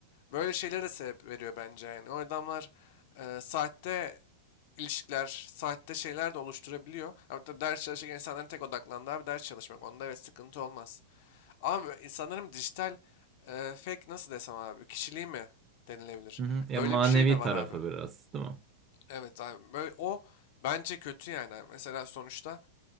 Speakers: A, on the left; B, on the right.
A: Böyle şeylere de sebep veriyor bence yani. O adamlar e, sahte ilişkiler, saatte şeyler de oluşturabiliyor. Ama tabii ders çalışırken insanların tek odaklandığı abi ders çalışmak. Onda evet sıkıntı olmaz. Ama insanların dijital e, fake nasıl desem abi kişiliği mi denilebilir?
B: Hı hı. Ya
A: Öyle
B: manevi
A: bir şey de var
B: tarafı
A: abi.
B: biraz, değil mi?
A: Evet abi. Böyle o bence kötü yani. abi. Mesela sonuçta